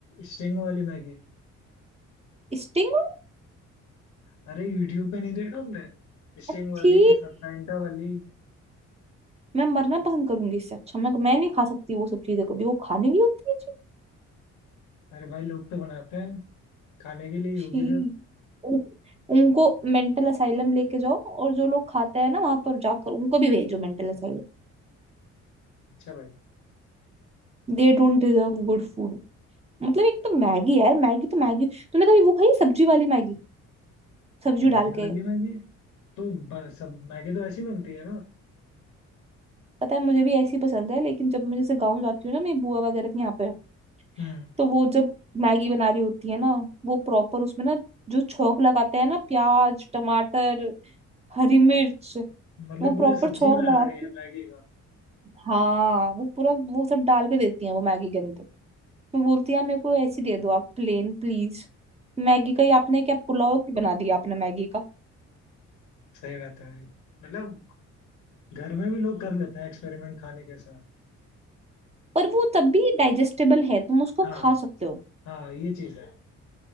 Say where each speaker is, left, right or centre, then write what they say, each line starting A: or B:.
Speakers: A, on the left; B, on the right.
A: स्टिंग वाली मैगी
B: स्टिंग
A: अरे यूट्यूब पे नहीं देखा आपने स्टिंग
B: अच्छी
A: वाली फ- फैंटा वाली
B: मैं मरना पसंद करूंगी इससे अच्छा मैं मैं नहीं खा सकती वो सब चीजें कभी वो खाने की होती है जी
A: अरे भाई लोग तो बनाते हैं खाने के लिए ही होगी
B: छी।
A: फिर
B: उन, उनको मेंटल असाइलम लेके जाओ और जो लोग खाते हैं ना वहां पर जाकर उनको भी भेजो mental asylum
A: अच्छा भाई
B: They don't deserve good food मतलब एक तो मैगी यार मैगी तो मैगी तूने कभी वो खाई सब्जी वाली मैगी सब्जी
A: सब्जी
B: डाल
A: वाली
B: के
A: मैगी तो ब- सब मैगी तो ऐसी बनती है ना
B: पता है मुझे भी ऐसी पसंद है लेकिन जब मैं जैसे गाँव जाती हूँ ना मेरी बुआ वगैरह के यहाँ पे
A: हम्म
B: तो वो जब मैगी बना रही होती है ना वो प्रॉपर उसमें ना जो छौंक लगाते हैं ना प्याज टमाटर हरी मिर्च
A: मतलब
B: वो
A: पूरे
B: प्रॉपर
A: सब्जी
B: छौंक
A: बना
B: लगा
A: रही
B: के
A: है मैगी का
B: हाँ वो पूरा वो सब डाल के देती हैं वो मैगी के अंदर मैं बोलती यार मेरे को ऐसी दे दो आप प्लेन प्लीज मैगी का ही आपने क्या पुलाव की बना दिया आपने मैगी का
A: सही बात है भाई मतलब घर में भी लोग कर लेते हैं एक्सपेरिमेंट खाने के साथ
B: पर वो तब भी डाइजेस्टेबल है तुम उसको
A: हाँ
B: खा सकते हो
A: हाँ ये चीज है